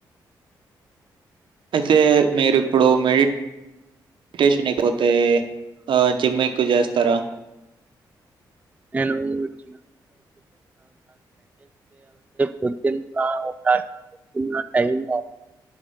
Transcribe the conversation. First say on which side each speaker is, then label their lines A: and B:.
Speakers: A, on the right; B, on the right.
A: అయితే మీరు ఇప్పుడు మే టేషన్ అయిపో తే ఆ జిమ్ కు చేస్తారా
B: నేను <unintelligible> పొద్దున్న ఆ ఒక్క టైమ్